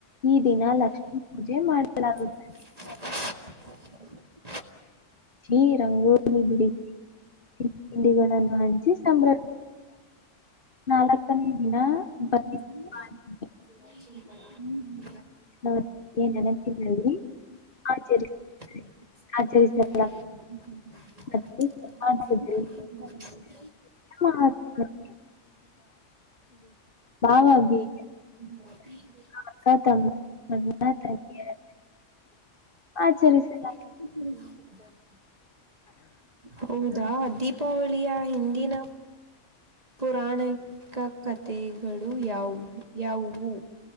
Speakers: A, on the right; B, on the left.
A: <unintelligible>
B: ಈ ದಿನ ಲಕ್ಷ್ಮೀ ಪೂಜೆ ಮಾಡಲಾಗುತ್ತದೆ ಚಿ ರಂಗೋಲಿ ಬಿಡಿಸಿಂಡ ತಿಂಡಿಗಳನ್ನು ಹಂಚಿ ಸಂಭ್ರಮಿಸ. ನಾಲ್ಕನೇ ದಿನ.
A: ಹ್ಮ
B: ಬಲಿ ಪಾಡ್ಯಮಿ.
A: ಹ್ಮ <inaudible>
B: ನ ಏ ನನ ತಿಿನಲ್ಲಿ ಆಚರಿಸ.
A: ಆ
B: ಆಚರಿಸಲಾಗುತ್ತದೆ
A: <unintelligible>
B: ಮತ್ತು ಕರ್ನಾಟಕದಲ್ಲಿ ಮಹಾತ್ಮನ ಬಾವಾಗಿ
A: ಹ್ಮ <unintelligible>
B: ಅಕ್ಕ ತಮ್ಮ ಅಣ್ಣ ತಂಗಿಯ ಆಚರಿಸ
A: <unintelligible> ಹೌದಾ ದೀಪಾವಳಿಯ ಹಿಂದಿನ ಪುರಾಣಿಕ ಕಥೆಗಳು ಯಾವ ಯಾವುವು